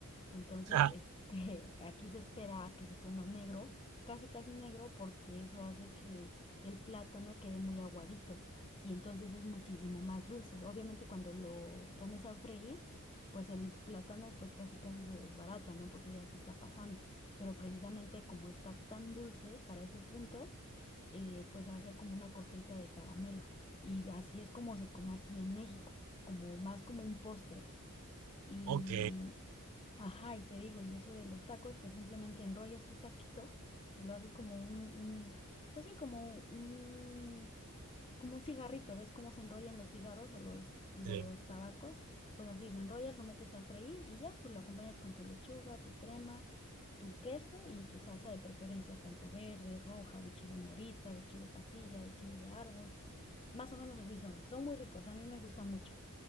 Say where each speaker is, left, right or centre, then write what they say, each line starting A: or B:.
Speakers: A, on the left; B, on the right.
A: Entonces,
B: <laughs>
A: este, <laughs> aquí se espera a que se ponga negro, casi casi negro, porque eso hace que el plátano quede muy aguadito y entonces es muchísimo más dulce. Obviamente cuando lo pones a freír, pues el plátano pues casi casi se desbarata, ¿no? Porque ya se está pasando. Pero precisamente como está tan dulce para ese punto, eh, pues hace como una costrita de caramelo. Y así es como se come aquí en México, como más como un postre. Y
B: Ok,
A: Ajá, y te digo, y eso de los tacos, pues simplemente enrollas tu taquito, lo haces como un, un pues sí, como un, como un cigarrito, ¿ves cómo se enrollan los cigarros o los, los
B: sí.
A: tabacos? Pues así, lo enrollas, lo metes a freír y ya, pues lo acompañas con tu lechuga, tu crema, tu queso y tu salsa de preferencia, tanto verde, roja, de chile morita, de chile pasilla, de chile de árbol. Más o menos así son. Son muy ricos, a mí me gusta mucho.